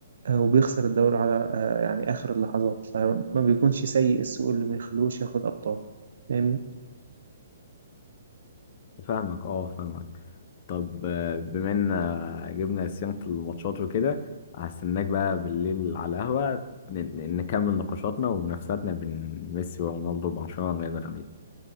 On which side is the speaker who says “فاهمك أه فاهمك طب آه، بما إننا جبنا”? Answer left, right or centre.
Left